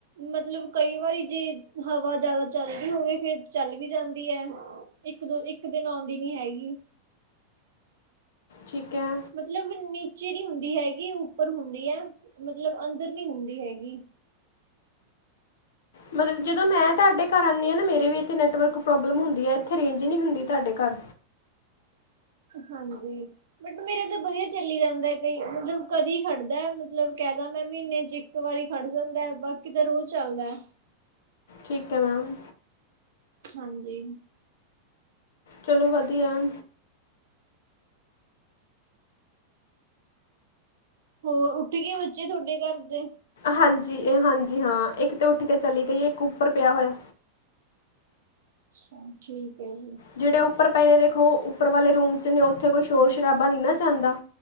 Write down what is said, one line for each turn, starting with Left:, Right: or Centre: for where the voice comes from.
Right: ਮਤਲਬ ਕਈ ਵਾਰੀ ਜੇ ਹਵਾ ਜਾਦਾ ਚੱਲਦੀ ਹੋਵੇ ਫੇਰ ਚੱਲ ਵੀ ਜਾਂਦੀ ਐ। ਇੱਕ ਦੋ, ਇੱਕ ਦਿਨ ਓਦੀ ਨੀ ਹੈਗੀ।
Left: ਠੀਕ ਹੈ।
Right: ਮਤਲਬ ਨੀਚੇ ਦੀ ਹੁੰਦੀ ਹੈਗੀ ਉੱਪਰ ਹੁੰਦੀ ਹੈ ਮਤਲਬ ਅੰਦਰ ਨੀ ਹੁੰਦੀ ਹੈਗੀ।
Left: ਮਤਲਬ ਜਦੋਂ ਮੈਂ ਤੁਹਾਡੇ ਘਰ ਆਨੀ ਆ ਨਾ, ਮੇਰੇ ਵੀ ਇੱਥੇ ਨੈਟਵਰਕ ਪ੍ਰੋਬਲ ਹੁੰਦੀ ਆ ਇੱਥੇ ਰੇਂਜ ਨੀ ਹੁੰਦੀ ਤੁਹਾਡੇ ਘਰ।
Right: ਹਾਂਜੀ। ਬਟ ਮੇਰਾ ਤਾਂ ਵਧੀਆ ਚੱਲ ਜਾਂਦਾ ਕਈ ਮਤਲਬ ਕਦੇ ਖੜਦਾ ਮਤਲਬ ਕਹਿਦਾ ਮੈਂ ਮਹੀਨੇ ਚ ਇਕ ਵਾਰੀ ਖੜ ਜਾਂਦਾ ਬਾਕੀ ਤਾਂ ਰੋਜ਼ ਚੱਲਦਾ।
Left: ਠੀਕ ਹੈ ਮੈਮ।
Right: ਹਾਂਜੀ।
Left: ਚਲੋ ਵਧੀਆ ਐ।
Right: ਹੋਰ ਉੱਠ ਕੇ ਬੱਚੇ ਤੁਹਡੇ ਘਰ ਦੇ?
Left: ਹਾਂਜੀ-ਹਾਂਜੀ ਹਾਂ ਇੱਕ ਤੇ ਉੱਠ ਕੇ ਚਲੀ ਗਈ ਏ, ਇੱਕ ਉੱਪਰ ਪਿਆ ਹੋਇਆ।
Right: ਅੱਛਾ ਠੀਕ ਹੈ ਜੀ।
Left: ਜੇੜੇ ਉੱਪਰ ਪਏ ਦੇਖੋ ਉੱਪਰ ਵਾਲੇ ਰੂਮ ਚ ਨੇ ਉੱਥੇ ਕੋਈ ਸ਼ੋਰ ਸ਼ਰਾਬਾ ਨੀ ਨਾ ਜਾਂਦਾ।